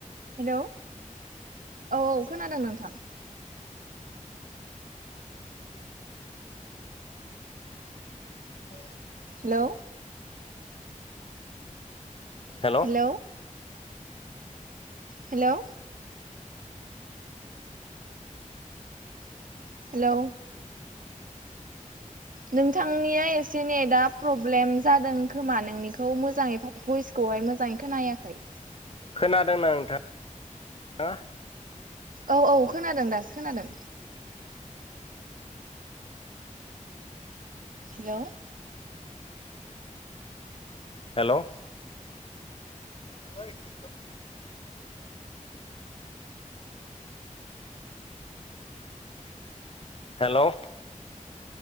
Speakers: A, on the right; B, on the left.
A: हेलौ औ औ खोनादों नोंथां
B: औ
A: hello
B: hello
A: hello hello hello नोंथांनिया एसे नेता प्रब्लेम जादों खोमा नोंनिखौ मोजाङै भइस खौहाय मोजाङै खोनायाखै
B: खोनादोंना नोंथां हो
A: औ औ खोनादों दासो खोनादों हेलौ
B: हेलौ न <inaudible> हेलौ